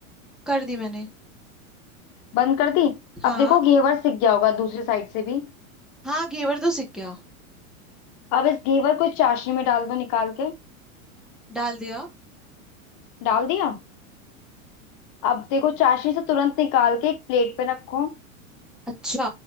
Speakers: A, in the centre; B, on the left.
A: कर दी मैंने
B: बंद कर दी
A: हाँ
B: अब देखो घेवर सिक गया होगा दूसरी साइड से भी
A: हाँ घेवर तो सीख गया
B: अब इस घेवर को इस चाशनी में डाल दो निकाल के
A: डाल दिया
B: डाल दिया अब देखो चाशनी से तुरंत निकाल के एक प्लेट पे रखो
A: अच्छा